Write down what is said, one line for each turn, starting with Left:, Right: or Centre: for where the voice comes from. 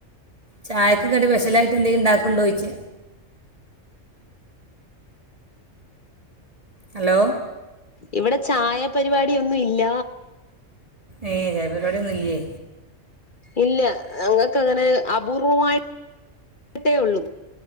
Right: ചായക്ക് കടി സ്‌പെഷലായിട്ട് എന്തെങ്കിലും ഉണ്ടാക്ണ്ടോന്ന് ചോദിച്ച ഹലോ
Left: ഇവിടെ ചായപരിപാടിയോന്നും ഇല്ല
Right: ഏ ചായപരിപാടി ഒന്നും ഇല്ലേ
Left: ഇല്ല ഇങ്ങ നിങ്ങകെങ്ങനെ അപൂർവമായിട്ട് ഇട്ടേ ഉള്ളൂ